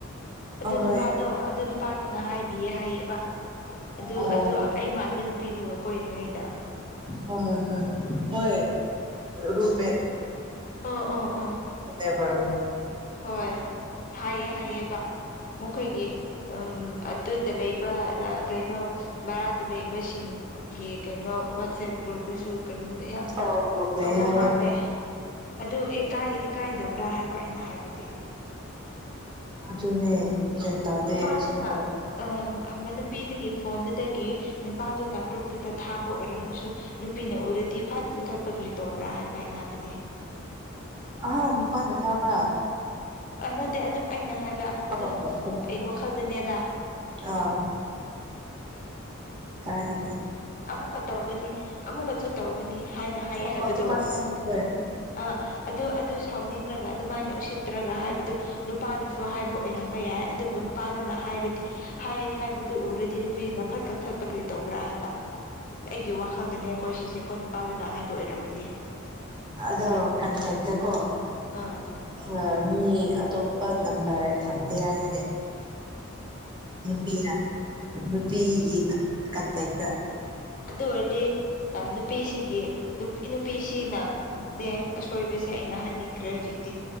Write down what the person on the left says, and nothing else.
ꯑꯗꯨ
ꯅꯨꯄꯥꯗꯣ ꯑꯗꯨ ꯅꯨꯄꯥꯗꯨꯅ ꯍꯥꯏꯕꯤꯌꯦ ꯍꯥꯏꯌꯦꯕ ꯑꯗꯨ
ꯑꯗꯨ ꯑꯩ ꯃꯥꯟꯕ ꯅꯨꯄꯤ ꯀꯣꯏꯅꯤ ꯅ ꯏꯗ
ꯑꯣ ꯑꯣ ꯑꯣ
ꯍꯣꯏ ꯍꯥꯏꯌꯦ ꯍꯥꯏꯌꯦꯕ ꯃꯈꯣꯏꯒꯤ ꯎꯝ ꯑꯗꯨꯗ ꯂꯩꯕ ꯀꯩꯅꯣ ꯔ ꯂꯩꯕꯁꯤꯡ ꯌꯦ ꯀꯩꯅꯣ ꯋꯥꯣꯠꯁꯦꯄꯒ꯭ꯔꯨꯄꯦ ꯁ ꯀꯩꯅꯣ ꯌꯥꯝꯅ
ꯇꯧꯕ
ꯃꯥꯜꯂꯦ ꯑꯗꯨꯀꯥꯏꯀꯥꯏꯗꯕ꯭ꯔꯥ ꯍꯥꯏꯕ ꯑꯩꯅ ꯍꯥꯏꯕꯗ
ꯅꯨꯄꯥꯗꯨꯅ
ꯑ ꯅꯨꯄꯤꯗꯨꯒꯤ ꯐꯣꯟꯗꯒꯤ ꯅꯨꯄꯥꯗꯨꯅ ꯒ꯭ꯔꯨꯞꯇꯨꯗ ꯊꯥꯕ ꯑꯣꯏꯔꯝꯃꯁꯨ ꯅꯨꯄꯤꯅ ꯎꯔꯗꯤ ꯐꯠ ꯊꯠꯄ ꯀꯔꯤ ꯇꯧꯕ꯭ꯔꯥ ꯍꯥꯏꯕ ꯑꯩꯅ ꯍꯥꯏꯕꯗꯤ
ꯅꯠꯇꯦ ꯑꯗꯨꯝ ꯑꯩꯅ ꯍꯥꯏꯕ
ꯑꯗꯨꯝ
ꯑꯩ ꯋꯥꯈꯜꯗꯅꯦꯗ
ꯑꯃꯨꯛꯀ ꯇꯧꯒꯅꯤ ꯑꯃꯨꯛꯀꯁꯨ ꯇꯧꯒꯅꯤ ꯍꯥꯏꯅ ꯍꯥꯏꯌꯦ
ꯍꯥꯏꯕꯗꯣ
ꯑ ꯑꯗꯨ ꯑꯗꯨ ꯁꯥꯎꯅꯤꯡꯂꯒ ꯑꯗꯨꯃꯥꯏꯅ ꯎꯁꯤꯠꯇ꯭ꯔꯒ ꯍꯥꯏꯕꯗꯨ ꯅꯨꯄꯥꯅꯁꯨ ꯍꯥꯏꯕ ꯑꯣꯏꯔꯝꯕ ꯌꯥꯏ ꯑꯗꯨꯕꯨ ꯄꯥꯥꯗꯅ ꯍꯥꯏꯔꯗꯤ ꯍꯥꯏ ꯍꯥꯏꯕꯗꯨ ꯎꯔꯗꯤꯅ ꯅꯨꯄꯤꯁꯤꯅ ꯐꯠ ꯀꯛ ꯊꯠꯄ ꯀꯔꯤ ꯇꯧꯕ꯭ꯔꯥ ꯍꯥꯏꯕ ꯑꯩꯒꯤ ꯋꯥꯈꯜꯗꯅꯦꯀꯣ ꯁꯤꯁꯦꯀꯣ ꯅꯨꯄꯥꯗꯨꯅ ꯍꯥꯏꯕ ꯑꯣꯏꯔꯝꯃꯗꯤ
ꯑꯥ
ꯑꯗꯨ ꯑꯣꯏꯔꯗꯤ ꯅꯨꯄꯤꯁꯤꯒꯤ ꯅꯨꯄꯤꯁꯤꯅ ꯑꯁꯣꯏꯕꯁꯦ ꯑꯩꯅ ꯍꯥꯏꯅꯤꯡꯈ꯭ꯔꯦ ꯍꯧꯖꯤꯛꯇꯤ